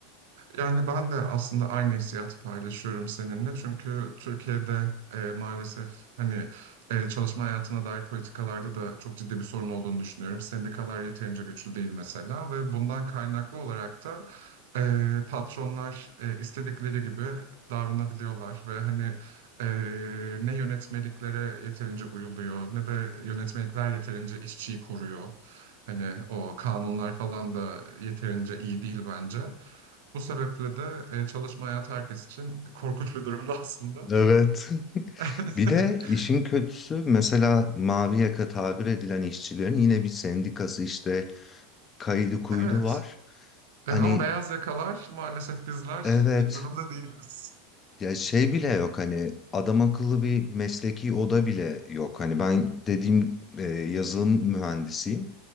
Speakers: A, on the right; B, on the left.
A: Yani ben de aslında aynı hissiyatı paylaşıyorum seninle. Çünkü Türkiye'de e, maalesef hani e, çalışma hayatına dair politikalarda da çok ciddi bir sorun olduğunu düşünüyorum. Sendikalar yeterince güçlü değil mesela ve bundan kaynaklı olarak da e, patronlar e, istedikleri gibi davranabiliyorlar ve hani e, ne yönetmeliklere yeterince uyuluyor ne de yönetmelikler yeterince işçiyi koruyor. Hani o kanunlar falan da yeterince iyi değil bence. Bu sebeple de e, çalışma hayatı herkes için korkunç bir durumda aslında.
B: Evet. <laughs>
A: <laughs>
B: Bir de işin kötüsü mesela mavi yaka tabir edilen işçilerin yine bir sendikası işte kaydı kuydu
A: Evet.
B: var.
A: Evet,
B: Hani
A: ama beyaz yakalar maalesef bizler
B: evet
A: iyi durumda değiliz.
B: ya şey bile yok hani adam akıllı bir mesleki oda bile yok. Hani ben dediğim e, yazılım mühendisiyim.